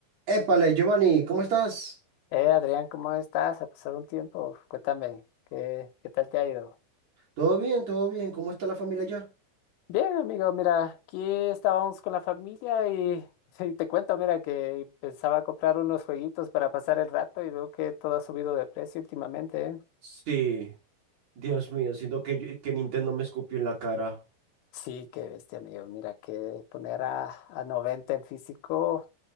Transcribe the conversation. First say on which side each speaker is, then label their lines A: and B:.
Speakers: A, on the right; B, on the left.
A: Épale, Giovanni, ¿cómo estás?
B: Eh, Adrián, ¿cómo estás? Ha pasado un tiempo. Cuéntame, ¿qué, qué tal te ha ido?
A: ¿Todo bien? ¿Todo bien? ¿Cómo está la familia ya?
B: Bien, amigo, mira, aquí estábamos con la familia y, <laughs> y te cuento, mira, que pensaba comprar unos jueguitos para pasar el rato y veo que todo ha subido de precio últimamente, ¿eh?
A: Sí, Dios mío, siento que, yo- que Nintendo me escupió en la cara.
B: Sí, qué bestia, amigo. Mira, que poner a, a 90 el físico